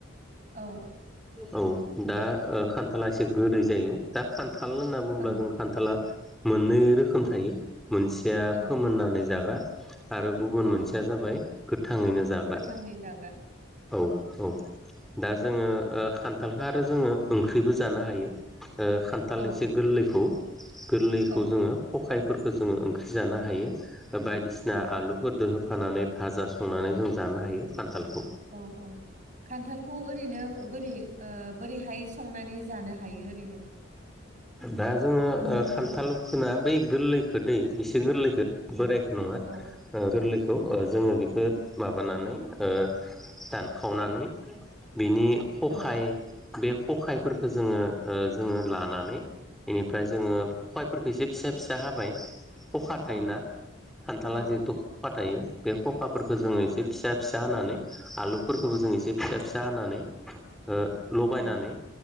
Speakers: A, on the right; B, in the centre.
A: औ
B: औ दा ओ खान्थाला एसे गोदै जायो दा खान थाल होनना बुंङोब्ला
A: औ
B: जों खान्थाला मोननै रोखोम थायो मोनसेया
A: औ
B: फोमोननानै जाग्रा आरो गुबुन
A: औ
B: मोनसेया जाबाय गोथांङैनो जाग्रा।
A: गोथाङै जाग्रा
B: औ औ दा जोङो ओ खान्थालखो आरो जोङो ओंख्रिबो जानो हायो। ओ खान्थाल
A: औ
B: एसे गोरलैखौ गोरलैखौ
A: औ
B: जोङो खायफोरखो जों ओंख्रि जानो हायो बायदिसिना
A: औ
B: आलुफोरदो फानानै भाजा संनानै जों जानो हायो खान्थाल
A: औ औ खान्थालखौ ओरैनो बोरै ओ बोरैहाय संनानै जानो हायो ओरैनो।
B: दा जोङो ओ खान्थाल खोना बै गोललै खोदै इसे गोरलैखौ बोरायखो नङा
A: औ
B: ओ गोरलै खौ ओ जोङो बिखो माबानानै ओ दानखावनानै बिनि खखाय
A: औ
B: बे खखायफोरखो जोङो जोङो लानानै इनिफ्राय जोङो खबायफोरखो इसे फिसा फिसा हाबाय। खखा थायोना
A: औ
B: खान्थाला
A: औ
B: जिहेतु ख थायो बे खखाफोरखो जोङो एसे फिसा फिसा हानानै आलुफोरखोबो जों एसे फिसा फिसा हानानै ओ लगायनानै
A: औ